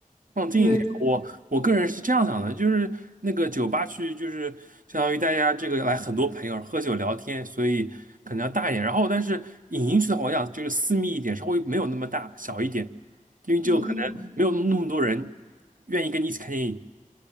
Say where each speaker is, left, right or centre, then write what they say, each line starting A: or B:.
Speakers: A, on the right; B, on the right.
A: 放近一点，
B: 因为，
A: 我我个人是这样想的，就是那个酒吧区就是相当于大家这个来很多朋友喝酒聊天，所以可能要大一点。然后但是影音区的话，我想就是私密一点，稍微没有那么大，小一点，因为就可能没有那么多人
B: 嗯
A: 愿意跟你一起看电影。